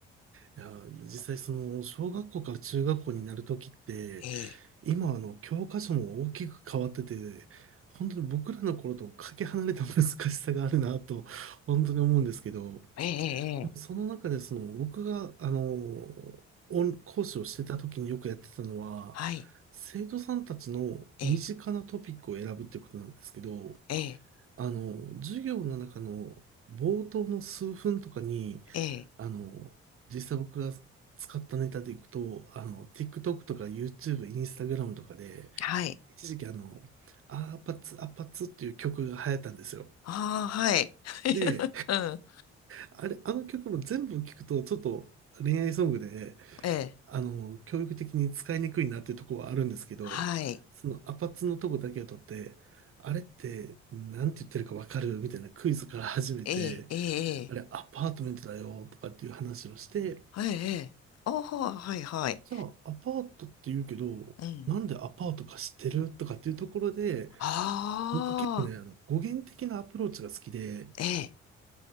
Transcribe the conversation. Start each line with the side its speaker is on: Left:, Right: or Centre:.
Right: や、実際その小学校から中学校になるときって、
Left: ええ、
Right: 今あの教科書も大きく変わってて、本当に僕らの頃とかけ離れた難しさがあるなと、本当に思うんですけど、
Left: ええ、ええ、
Right: でもその中でその僕があのオン講師をしてたときによくやってたのは、
Left: はい、
Right: 生徒さんたちの身近なトピックを選ぶっていうことなんですけど、
Left: ええ、ええ、
Right: あの授業の中の冒頭の数分とかに、
Left: ええ、
Right: あの、実際僕が使ったネタでいくと、あの、TikTok とか YouTube、Instagram とかで、
Left: はい。
Right: 一時期あの、アーパツ、アパツっていう曲が流行ったんですよ。
Left: ああ、はい。<laughs>
Right: で、
Left: うん、
Right: あれ、あの曲も全部聞くと、ちょっと恋愛ソングで、
Left: ええ、
Right: あの、教育的に使いにくいなっていうところはあるんですけど、
Left: はい、
Right: そのアパッツのとこだけを取って、あれって、なんて言ってるかわかるみたいなクイズから始めて、
Left: ええ、ええ、ええ、
Right: あれ、アパートメントだよとかっていう話をして、
Left: はい、ええ、ああ、はい、はい。
Right: じゃあ、アパートって言うけど、
Left: うん、
Right: なんでアパートか知ってるとかっていうところで、
Left: ああ、
Right: 僕結構ね、あの語源的なアプローチが好きで、
Left: ええ、